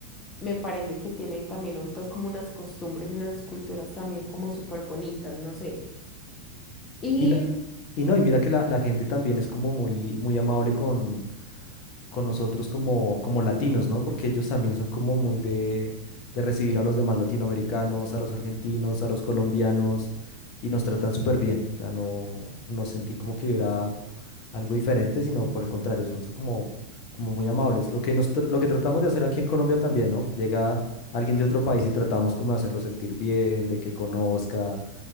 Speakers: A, on the left (about 20°); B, on the left (about 40°).
A: me parece que tiene también un- pues como unas costumbres y unas culturas también como súper bonitas, no sé. Y
B: Y, la, y no, y mira que la, la gente también es como muy, muy amable con, con nosotros como, como latinos, ¿no? Porque ellos también son como muy de, de recibir a los demás latinoamericanos, a los argentinos, a los colombianos, y nos tratan súper bien. O sea, no, no sentí como que hubiera algo diferente, sino por el contrario, son, son como, como muy amables. Lo que nos, tr- lo que tratamos de hacer aquí en Colombia también, ¿no? Que llega alguien de otro país y tratamos como de hacerlo sentir bien, de que conozca.